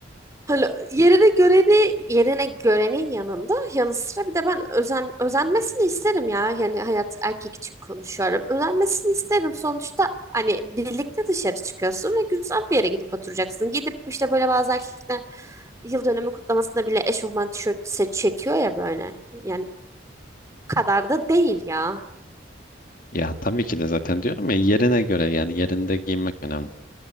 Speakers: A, on the right; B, on the left.
A: Hani yerine göreni yerine görenin yanında yanı sıra bir de ben özen özenmesini isterim ya. Yani hayat erkek için konuşuyorum. Özenmesini isterim. Sonuçta hani birlikte dışarı çıkıyorsun ve güzel bir yere gidip oturacaksın. Gidip işte böyle bazı erkekler yıl dönümü kutlamasında bile eşofman tişörtü çekiyor ya böyle. Yani o kadar da değil ya.
B: Ya tabii ki de zaten diyorum ya yerine göre yani yerinde giyinmek önemli.